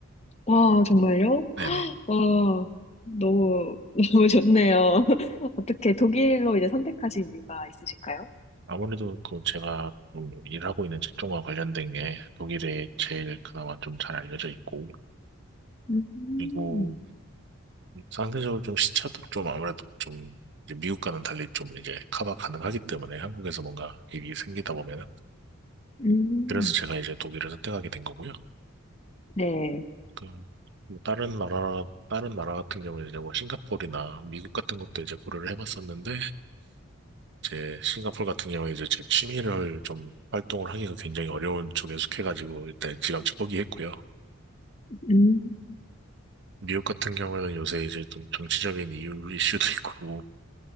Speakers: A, on the left (about 30°); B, on the right (about 55°).
A: 와, 정말요?
B: 네네.
A: 와, 너무, <laughs> 너무 좋네요. <laughs> 어떻게 독일로 이제 선택하신 이유가 있으실까요?
B: 아무래도 그 제가 좀 일하고 있는 직종과 관련된 게 독일에 제일 그나마 좀 잘 알려져 있고
A: 음.
B: 그리고 상대적으로 좀 시차도 좀 아무래도 좀 이제 미국과는 달리 좀 이제 커버 가능하기 때문에 한국에서 뭔가 일이 생기다 보면은
A: 음,
B: 그래서 제가 이제 독일을 선택하게 된 거고요.
A: 네.
B: 그, 뭐 다른 나라, 다른 나라 같은 경우에 이제 뭐 싱가포르나 미국 같은 것도 이제 고려를 해봤었는데 이제 싱가포르 같은 경우에 이제 제 취미를 좀 활동을 하기가 굉장히 어려운 쪽에 속해가지고 일단 지감치 포기했고요.
A: 음,
B: 미국 같은 경우에는 요새 이제 좀 정치적인 이유 이슈도 있고